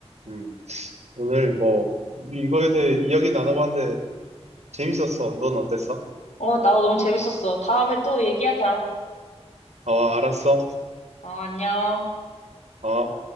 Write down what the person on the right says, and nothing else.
음, 오늘
뭐, 우리 이거에 대해 이야기 나눠봤는데 재밌었어. 넌 어땠어?
아, 알았어.
아.